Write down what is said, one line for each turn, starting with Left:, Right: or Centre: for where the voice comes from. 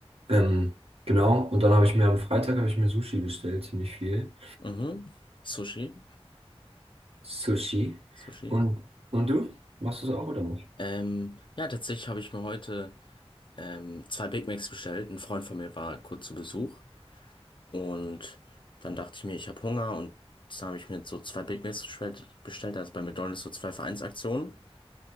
Right: Ähm, genau, und dann habe ich mir am Freitag habe ich mir Sushi bestellt, ziemlich viel.
Left: Mhm. Sushi?
Right: Sushi.
Left: Sushi?
Right: Und, und du? Machst du es auch oder nicht?
Left: Ähm, ja, tatsächlich habe ich mir heute ähm, zwei Big Macs bestellt. Ein Freund von mir war kurz zu Besuch und dann dachte ich mir, ich habe Hunger und dann habe ich mir so zwei Big Macs bestellt. bestellt. Also bei McDonald's so zwei für eins Vereinsaktionen